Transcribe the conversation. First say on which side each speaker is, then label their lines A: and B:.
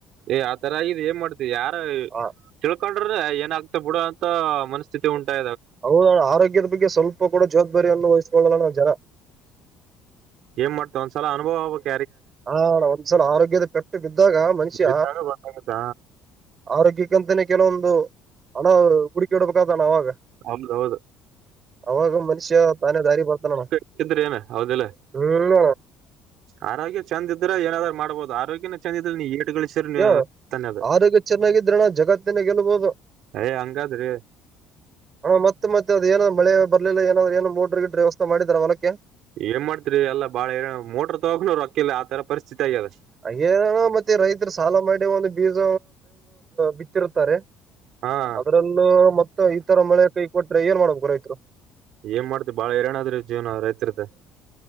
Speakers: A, on the right (about 60°); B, on the right (about 40°).
A: ಏ್ ಆ ತರ ಇದ್ ಏನ್ ಮಾಡ್ತ್ ಯಾರ
B: ಆ,
A: ತಿಳ್ಕೊಂಡ್ರ ಏನ ಆಗ್ತ ಬಿಡ ಅಂತ ಮನಸ್ಥಿತಿ ಉಂಟಾ
B: ಹೌ ಆರೋಗ್ಯದ ಬಗ್ಗೆ ಸ್ವಲ್ಪ ಕೂಡ ಜವಾಬ್ದಾರಿಯನ್ನು ವಹಿಸ್ಕೊಳ್ಳಲ್ಲ ನಾವ್ ಜನ
A: ಏನ್ ಮಾಡ್ತ ಒಂದ್ಲ ಅನುಭವೋಗೆ
B: ಹ ಒಂದ್ಸಲ ಆರೋಗ್ಯದ ಪೆಟ್ಟು ಬಿದ್ದಾಗ ಮನುಷ್ಯ
A: ಬಿದ್ದಾಗ ಗೊತ್ತಾಗುತ್ತ
B: ಆರೋಗ್ಯ <unintelligible> ಕೆಲವೊಂದು ಹಣ ಹುಡುಕೆ ಇಡ್ಬೇಕಾದ ಅವಾಗ
A: ಹೌದ್ ಹೌದು
B: ಅವಾಗ ಮನುಷ್ಯ ತಾನೇ ದಾರಿ ಬರ್ತಾನಣ
A: ಚೆನ್ನಾಗಿದ್ರ ಏನ ಹೌದಿಲ್ಲ
B: ಹ್ಮ
A: ಆರೋಗ್ಯ ಚಂದ ಇದ್ರೆ ಏನಾದ್ರು ಮಾಡ್ಬೋದು ಆರೋಗ್ಯ ಚೆಂದಿದ ನೀ ಏಟು ಗಳಿಸ್ರ
B: ಏ
A: ತಾನ ಅದ
B: ಆರೋಗ್ಯ ಚೆನ್ನಾಗಿದ್ರಣ ಜಗತ್ತಿನ ಗೆಲ್ಬಹುದು
A: ಏ ಹಂಗಾದ್ರಿ
B: ಹಣ ಮತ್ತೆದ ಏನ್ ಮಳೆ ಬಲಿಲ್ಲ ಏನಾದ್ರು ಏನ್ೋಡ್ರಿ ಗಿಟ್ಟ್ರ ವ್ಯವಸ್ಥ ಮಾಡಿದ್ದಾರೆಾರ ಹೊಲಕ್ಕೆ
A: ಏನ್ ಮಾಡ್ತರಿ ಎಲ್ಲಾ ಬಾಳ ಏ ಮೋಟ್ರರ್ ತಗೋ್ರು ಅಕ್ಕಿಲ್ಲಿ ಆ ತರ ಪರಿಸ್ಥಿತಿ ಆಗ್ಯದ
B: ಅೇ ಮತ್ತೆ ರೈತರು ಸಾಲ ಮಾಡಿ ಒಂದು ಬೀಜ ಬಿತ್ತಿರುತ್ತಾರೆ
A: ಹಾ
B: ಅದ್ರಲ್ಲೂ ಮತ್ತೆ ಈತರ ಮಳೆ ಕೈ ಕೊಟ್ರೆ ಏನ್ ಮಾಡ್ಬೇಕು ರೈತರು
A: ಏನ್ ಮಾಡ್ತಿ ಬಾಳ ಹಏರನಾದ್ರಿ ಜೀವನ ರೈತರತೆ